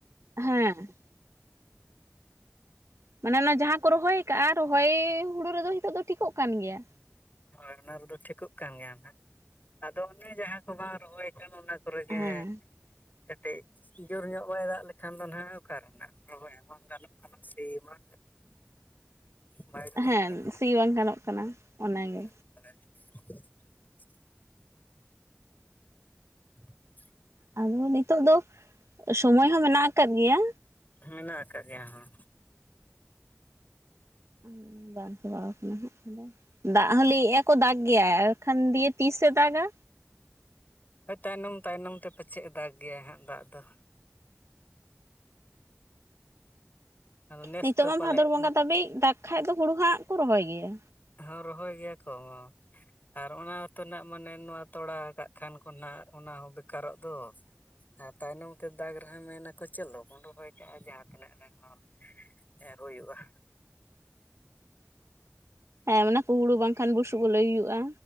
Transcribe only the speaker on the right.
ᱦᱮᱸ᱾ ᱢᱟᱱᱮ ᱚᱱᱟ ᱡᱟᱦᱟ ᱠᱚ ᱨᱚᱦᱚᱭ ᱠᱟᱜ-ᱟ ᱨᱚᱦᱚᱭ ᱦᱩᱲᱩ ᱨᱮᱫᱚ ᱱᱤᱛᱚᱜ ᱫᱚ ᱴᱷᱤᱠᱚᱜ ᱠᱟᱱ ᱜᱮᱭᱟ᱾
ᱦᱮᱸ
ᱦᱮᱸ
ᱥᱤ ᱵᱟᱝ ᱜᱟᱱᱚᱜ ᱠᱟᱱᱟ ᱚᱱᱟ ᱜᱮ᱾
ᱟᱫᱚ ᱱᱤᱛᱳᱜ ᱫᱚ ᱥᱚᱢᱚᱭ ᱦᱚᱸ ᱢᱮᱱᱟᱜ ᱟᱠᱟᱫ ᱜᱮᱭᱟ᱾
ᱦᱩᱸ ᱵᱟᱝ ᱪᱟᱵᱟᱣ ᱠᱟᱱᱟ ᱦᱟᱸᱜ᱾ ᱫᱟᱜ ᱦᱚᱸ ᱞᱟᱹᱭ ᱮᱜ-ᱟ ᱠᱚ ᱫᱟᱜ ᱜᱮᱭᱟᱭ ᱟᱨ ᱠᱷᱟᱱ ᱫᱤᱭᱮ ᱛᱤᱥᱮ ᱫᱟᱜ-ᱟ?
ᱱᱤᱛᱳᱜ
ᱢᱟ
ᱵᱷᱟᱫᱚᱨ ᱵᱚᱸᱜᱟ ᱫᱷᱟᱹᱵᱤᱡ ᱫᱟᱜ ᱠᱷᱟᱡ ᱫᱚ ᱦᱩᱲᱩ ᱦᱟᱸᱜ ᱠᱚ ᱨᱚᱦᱚᱭ ᱜᱮᱭᱟ᱾
ᱦᱮᱸ ᱚᱱᱟ ᱠᱚ ᱠᱩᱦᱩᱲᱩ ᱵᱟᱝ ᱠᱷᱟᱱ ᱵᱩᱥᱩᱵ ᱞᱟᱹᱭ ᱦᱩᱭᱩᱜ-ᱟ᱾